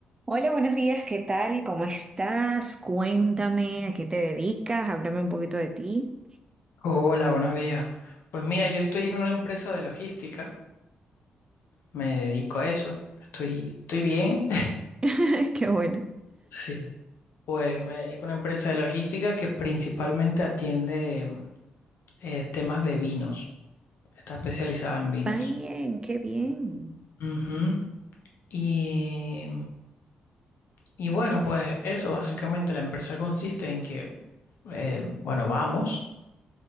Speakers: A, on the right; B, on the left.
A: Hola, buenos días, ¿qué tal? ¿Cómo estás? Cuéntame, ¿a qué te dedicas? Háblame un poquito de ti.
B: Hola, buenos días. Pues mira, yo estoy en una empresa de logística, me dedico a eso, estoy, estoy bien.
A: <laughs> Qué bueno.
B: <laughs> Sí, pues me dedico a una empresa de logística que principalmente atiende eh, temas de vinos, está especializada en vinos.
A: Bien, qué bien.
B: Ujú. Y, y bueno, pues eso, básicamente la empresa consiste en que, eh, bueno, vamos